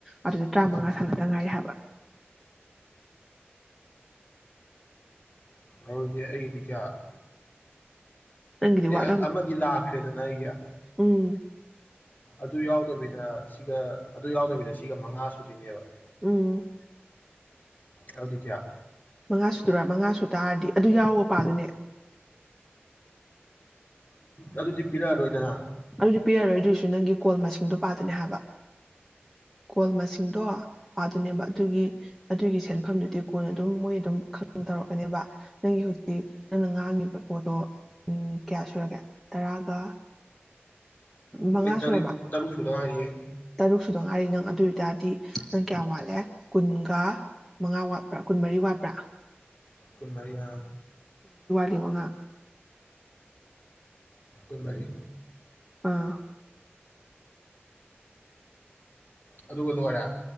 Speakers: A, in the centre; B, on the left (about 45°).
A: ꯑꯗꯨꯗ ꯇꯔꯥꯃꯉꯥ ꯁꯥꯟꯅꯗ ꯉꯥꯏ ꯍꯥꯏꯕ
B: ꯑꯣꯖꯤ ꯑꯩꯗꯤ ꯀꯌꯥ
A: ꯅꯪꯒꯤꯗꯤ
B: ꯑꯦ
A: ꯋꯥꯠꯂꯝ
B: ꯑꯃꯒꯤ ꯂꯥꯛꯈ꯭ꯔꯦꯗ ꯏ ꯀ
A: ꯎꯝ
B: ꯑꯗꯨ ꯌꯥꯎꯗꯕꯤꯗ ꯁꯤꯒ ꯑꯗꯨ ꯌꯥꯎꯗꯕꯤꯗ ꯁꯤꯒ ꯃꯉꯥ ꯁꯨꯗꯣꯏꯅꯦꯕ
A: ꯎꯝ
B: ꯑꯗꯨꯗꯤ ꯀꯌꯥ
A: ꯃꯉꯥ ꯁꯨꯗꯨꯔꯥ ꯃꯉꯥ ꯁꯨ ꯇꯥꯔꯗꯤ ꯑꯗꯨ ꯌꯥꯎꯕ ꯄꯥꯗꯨꯅꯦ
B: ꯑꯗꯨꯗꯤ ꯄꯤꯔꯛꯑꯔꯣꯏꯗꯅ
A: ꯑꯗꯨꯗꯤ ꯄꯤ ꯌꯥꯔꯣꯏꯗꯣꯏꯁꯨ ꯅꯪꯒꯤ ꯀꯣꯜ ꯃꯁꯤꯡꯗꯣ ꯄꯥꯗꯨꯅꯦ ꯍꯥꯏꯕ ꯀꯣꯜ ꯃꯁꯤꯡꯗꯣ ꯄꯥꯗꯣꯏꯅꯦꯕ ꯑꯗꯨꯒꯤ ꯑꯗꯨꯒꯤ ꯁꯦꯟꯐꯝꯗꯨꯗꯤ ꯀꯣꯟꯜ ꯑꯗꯨꯝ ꯃꯣꯏ ꯑꯗꯨꯝ ꯈꯪ ꯇꯧꯔꯛꯀꯅꯦꯕ ꯅꯪꯒꯤ ꯍꯧꯖꯤꯛ ꯅꯪꯅ ꯉꯥꯡꯉꯤꯕ ꯄꯣꯠꯇꯣ ꯀꯌꯥ ꯁꯨꯔꯒꯦ ꯇꯔꯥꯒ ꯃꯉꯥ
B: ꯑꯩ ꯇꯔꯦꯠ
A: ꯁꯨꯔꯕ
B: ꯇꯔꯨꯛ ꯁꯨꯗ ꯉꯥꯏꯔꯤꯌꯦ
A: ꯇꯔꯨꯛ ꯁꯗꯣ ꯉꯥꯏꯔꯤ ꯅꯪ ꯑꯗꯨ ꯑꯗꯨꯇꯥꯔꯗꯤ ꯅꯪ ꯀꯌꯥ ꯋꯥꯠꯂꯦ ꯀꯨꯟꯒ ꯃꯉꯥ ꯋꯥꯠꯄ꯭ꯔꯥ ꯀꯨꯟꯃꯔꯤ ꯋꯥꯠꯄ꯭ꯔꯥ
B: ꯍꯃꯔꯤ ꯍꯥ
A: ꯉ
B: ꯀꯣꯏꯃꯔꯤ
A: ꯑꯥ
B: ꯑꯗꯨꯒ ꯂꯣꯏꯔꯦ